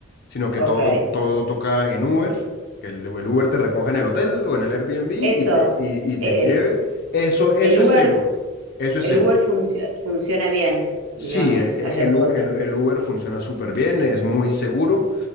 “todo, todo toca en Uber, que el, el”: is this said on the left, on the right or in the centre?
Left